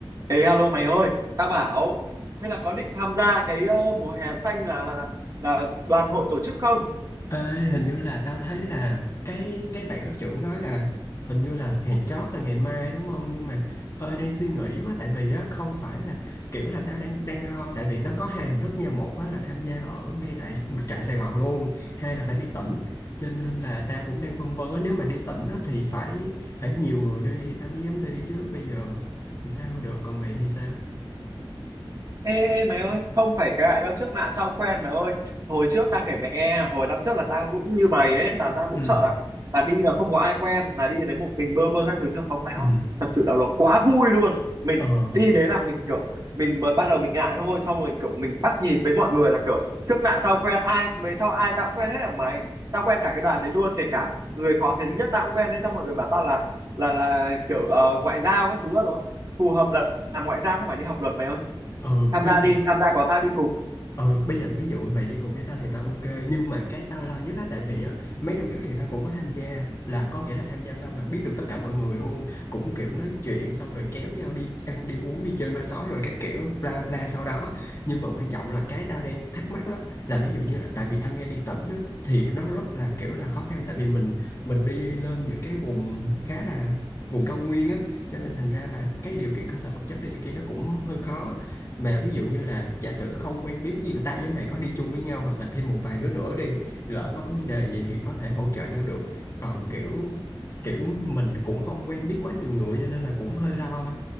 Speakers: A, on the right; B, on the left.
A: Ê alo mày ơi, tao bảo thế là có định tham gia cái ờ, mùa hè xanh là là là đoàn hội tổ chức không?
B: Ê, hình như là tao thấy là cái cái bạn lớp trưởng nói là hình như là hẹn chót là ngày mai đúng không? Nhưng mà ơi đang suy nghĩ quá tại vì á không phải là kiểu là tao đang đang lo tại vì nó có hai hình thức nha, một á là tham gia ở ngay tại mặt trận Sài Gòn luôn, hai là phải đi tỉnh. Cho nên là tao cũng đang phân vân á, nếu mà đi tỉnh á thì phải phải nhiều người đi thì tao mới dám đi chứ bây giờ thì sao được, còn mày thì sao?
A: Ê, ê mày ơi, không phải cái lại đâu trước nạn sau quen mày ơi. Hồi trước ta kể mày nghe, hồi năm trước là tao cũng như mày ấy, là tao cũng
B: Ừ,
A: sợ là là đi là không có ai quen, là đi đến một mình bơ bơ các thứ nhưng không mày
B: ừ.
A: ơi. Thật sự là nó quá vui luôn. Mình
B: Ờ,
A: đi đến là mình kiểu mình mới ban đầu mình ngại thôi, xong rồi kiểu mình bắt nhịp với mọi người là kiểu trước nạn sau quen, ai về sau ai tao cũng quen hết ở mày. Tao quen cả cái đoàn đấy luôn, kể cả người khó tính nhất tao cũng quen đấy xong mọi người bảo tao là là là kiểu ờ, ngoại giao các thứ đó. Phù hợp là làm ngoại giao không phải đi học luật mày ơi
B: ừ,
A: tham
B: ý
A: gia
B: là
A: đi tham gia có tao đi cùng
B: Ờ, bây giờ ví dụ mày đi cùng với tao thì tao ok nhưng mà cái tao lo nhất á tại vì á mấy năm trước thì tao cũng có tham gia là có nghĩa là tham gia xong là biết được tất cả mọi người luôn cũng kiểu nói chuyện xong rồi kéo nhau đi ăn đi uống đi chơi ma sói rồi các kiểu bla bla bla sau đó nhưng mà quan trọng là cái tao đang thắc mắc á là ví dụ như là tại vì tao nghe đi tỉnh á thì nó rất là kiểu là khó khăn tại vì mình mình đi lên những cái vùng khá là vùng cao nguyên á cho nên thành ra là cái điều kiện cơ sở vật chất đi thì kia nó cũng hơi khó mà ví dụ như là giả sử không quen biết ví dụ tao với mày có đi chung với nhau hoặc là thêm một vài đứa nữa đi lỡ có vấn đề gì thì có thể hỗ trợ nhau được còn kiểu kiểu mình cũng không quen biết quá nhiều người cho nên là cũng hơi lo